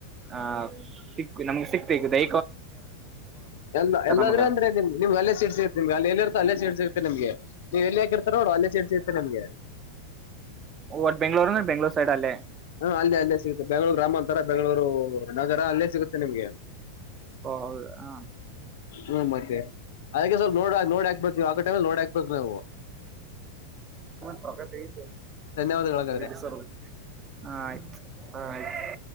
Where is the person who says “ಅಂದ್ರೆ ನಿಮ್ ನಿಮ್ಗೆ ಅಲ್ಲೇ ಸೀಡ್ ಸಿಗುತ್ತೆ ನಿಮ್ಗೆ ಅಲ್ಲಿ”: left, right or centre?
Left